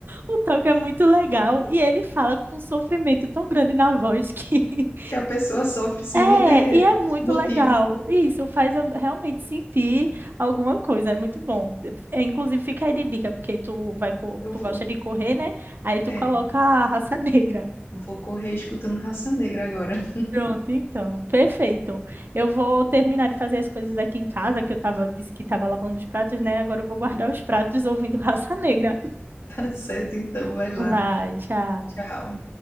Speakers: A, on the right (about 55°); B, on the left (about 80°).
A: O toque é muito legal e ele fala com um sofrimento tão grande na voz que <laughs>
B: que a pessoa sofre sem
A: É,
B: nem ter
A: e é muito
B: motivo.
A: legal. Isso faz eu realmente sentir alguma coisa, é muito bom. É, inclusive, fica aí de dica, porque tu vai, co-
B: Eu
A: tu
B: vou,
A: gosta de correr, né? Aí tu
B: é,
A: coloca a raça <laughs> negra.
B: eu vou correr escutando Raça Negra agora. <laughs>
A: Pronto, então, perfeito. Eu vou terminar de fazer as coisas aqui em casa, que eu tava, disse que estava lavando os pratos, né? Agora eu vou guardar os pratos ouvindo raça negra.
B: Tá certo, então, vai lá.
A: Vai, tchau.
B: Tchau.